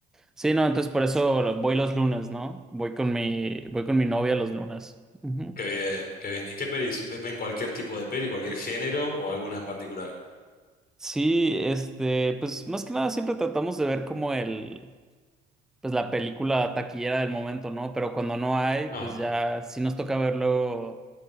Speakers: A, in the centre; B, on the left (about 45°).
A: sí, no, entonces por eso voy los lunes, ¿no? Voy con mi, voy con mi novia los lunes. Ujú.
B: Qué bien, qué bien. ¿Y qué pelis? ¿Ven cualquier tipo de peli, cualquier género o alguna en particular?
A: Sí, este, pues más que nada siempre tratamos de ver como el, pues la película taquillera del momento, ¿no? Pero cuando no hay,
B: Ah.
A: pues ya sí nos toca ver luego